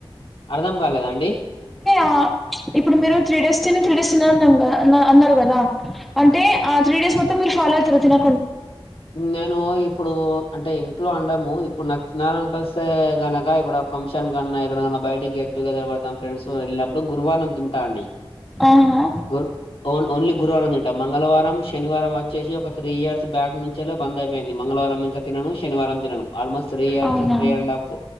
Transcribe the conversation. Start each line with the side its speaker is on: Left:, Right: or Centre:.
Left: అర్ధం కాలేదా అండి.
Centre: ఆ ఇప్పుడు మీరు త్రీ డేస్ తిని త్రీ డేస్ తినకుండా అన్న అన్నారు కదా అంటే ఆ త్రీ డేస్ మొత్తం మీరు ఫాలో అవుయితార తిన
Left: నేను ఇప్పుడు అంటే ఇంట్లో అండము ఇప్పుడు నాకు తినాలనిపిస్ స్తే గనక ఇప్పుడ ఫంక్షన్ కన్నా ఎక్కడకన్నా బయటికి గెట్టుగెదర్ పెడతాం ఫ్రెండ్స్ వెళ్ళినప్పుడు గురువారం తింటా అండి
Centre: ఆహా
Left: గుర్ ఓన్లీ గురువారం తింటా మంగళవారం శనివారం వచ్చేసి ఒక త్రీ ఇయర్స్ నుంచిల బంద అ ది మంగళవారం ఇంకా తినను శనివారం తినను ఆల్మోస్ట్ త్రీ ఇయర్స్
Centre: అవునా
Left: three and half